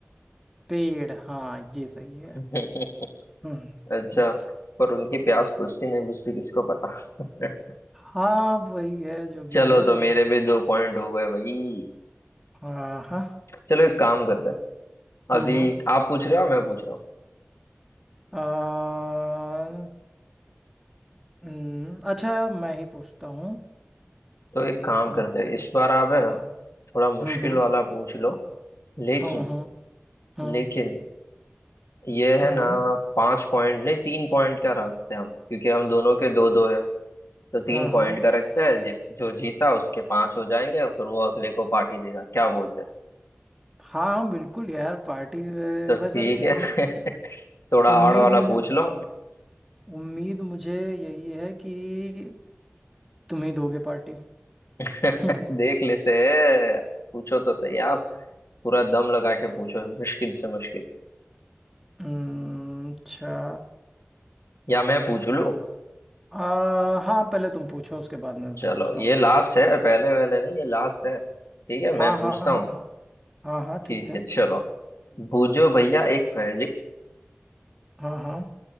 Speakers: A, in the centre; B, on the left.
A: पेड़ हाँ ये सही है
B: <laughs>
A: हम्म
B: अच्छा
A: हम्म,
B: पर उनकी प्यास बुझती नहीं बुझती किसको पता <laughs>
A: हाँ वही है जो भी
B: चलो
A: है
B: तो
A: जो
B: मेरे भी दो पॉइंट हो गए भाई
A: आ, हाँ
B: चलो एक काम करते हैं
A: हम्म
B: अभी
A: हम्म
B: आप पूछ रहे हो मैं पूछ रहा हूँ
A: आ, हम्म, अच्छा मैं ही पूछता हूँ
B: तो एक काम
A: आ, हम्म
B: करते हैं इस बार आप है ना थोड़ा मुश्किल
A: हम्म हम्म
B: वाला पूछ लो लेकिन
A: हम्म हम्म
B: लेकिन ये है
A: हम्म,
B: ना पांच पॉइंट नहीं तीन पॉइंट क्या रखते हैं हम क्योंकि हम दोनों के दो दो है तो
A: हाँ
B: तीन
A: हाँ
B: पॉइंट का रखते हैं जिस जो जीता उसके पांच हो जाएंगे और फिर वो अगले को पार्टी देगा क्या बोलते हैं
A: हाँ हम बिल्कुल यार पार्टी अ,
B: तो
A: बस
B: ठीक
A: अभी
B: है
A: उम,
B: <laughs> थोड़ा
A: उम्मीद
B: हार्ड वाला
A: मुझे
B: पूछ लो
A: उम्मीद मुझे यही है कि तुम ही दोगे पार्टी
B: <laughs>
A: <laughs>
B: देख लेते हैं पूछो तो सही आप पूरा दम लगा के पूछो मुश्किल से मुश्किल
A: हम्म, अच्छा
B: या मैं पूछ लूं
A: आ, हाँ पहले तुम पूछो उसके बाद मैं
B: चलो
A: पूछता
B: ये
A: हूँ
B: लास्ट है पहले वाले नहीं ये लास्ट है ठीक है
A: हाँ
B: मैं
A: हाँ
B: पूछता
A: हाँ
B: हूँ
A: हाँ हाँ हाँ
B: ठीक
A: ठीक है
B: है चलो बूझो भैया एक पहेली
A: हाँ हाँ